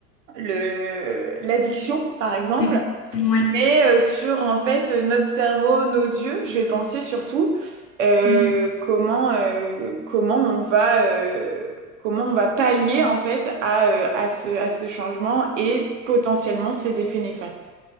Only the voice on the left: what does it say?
mm. Oui.
Mm.